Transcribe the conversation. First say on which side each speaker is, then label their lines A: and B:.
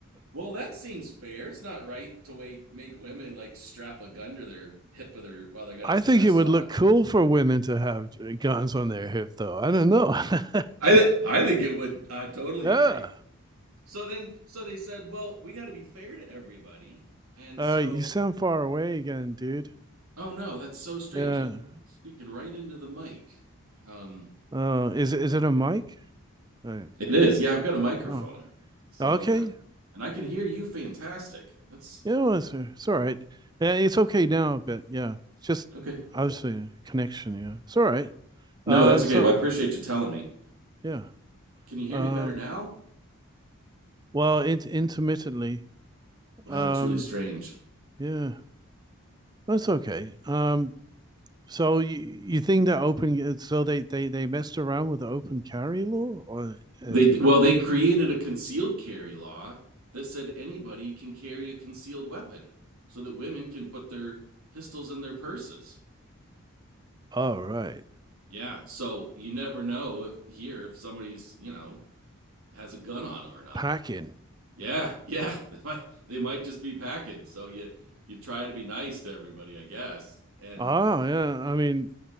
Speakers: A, on the right; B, on the right.
A: well, that seems fair. It's not right to wait, make women like strap a gun to their hip of their while they got
B: I
A: a dress
B: think it would
A: on.
B: look cool for women to have guns on their hip, though. I don't know.
A: I th-
B: <laughs>
A: I think it would. I totally
B: Yeah.
A: agree. So then, so they said, well, we got to be fair to everybody. And
B: Uh,
A: so,
B: you sound far away again, dude.
A: oh no, that's so strange.
B: Yeah.
A: I'm speaking right into the mic. Um,
B: Uh, is it is it a mic? Uh,
A: it is. Yeah, I've got a microphone.
B: Oh,
A: So
B: okay.
A: and I, and I can hear you fantastic. That's
B: Yeah, well, it's, it's all right. Yeah, it's okay now a bit. Yeah, It's just
A: okay.
B: obviously a connection. Yeah, it's all right.
A: No,
B: Um,
A: that's okay.
B: so
A: Well, I appreciate you telling me.
B: yeah.
A: Can you hear
B: Um,
A: me better now?
B: Well, it intermittently.
A: Wow,
B: Um,
A: that's really strange.
B: yeah, that's okay. Um, so you you think that open? So they they they messed around with the open carry law, or uh,
A: They well, they created a concealed carry law that said anybody can carry a concealed weapon so that women can put their pistols in their purses.
B: oh right,
A: Yeah. So you never know if here if somebody's, you know, has a gun on them or not.
B: packing.
A: Yeah, <laughs> yeah. They might they might just be packing. So you you try to be nice to everybody, I guess. And
B: Ah, yeah, I mean,